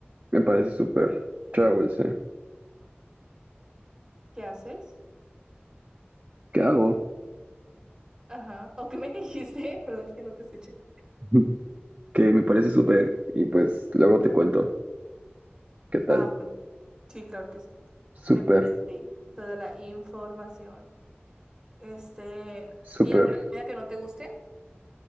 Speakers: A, on the right; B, on the right.
A: me parece súper. Chao, Ilse.
B: ¿Qué haces?
A: ¿Qué hago?
B: Ajá. ¿O qué me dijiste? <laughs> Perdón, es que no te escuché.
A: <laughs> Que me parece súper y pues luego te cuento qué tal.
B: Ah, ok. sí, claro que sí.
A: Súper,
B: Me pasas ahí toda la información. Este,
A: súper.
B: ¿y alguna comida que no te guste?